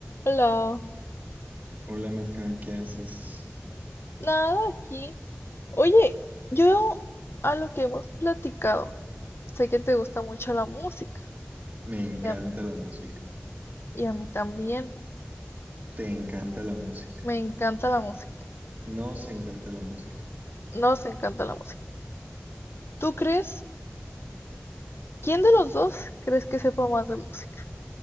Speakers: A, on the left (about 70°); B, on the right (about 40°).
A: Hola,
B: Hola Nadja, ¿qué haces?
A: nada aquí. Oye, yo a lo que hemos platicado, sé que te gusta mucho la música
B: Me encanta
A: y a,
B: la música.
A: y a mí también.
B: ¿Te encanta la música?
A: Me encanta la música,
B: Nos encanta la música.
A: nos encanta la música. ¿Tú crees, quién de los dos crees que sepa más de música?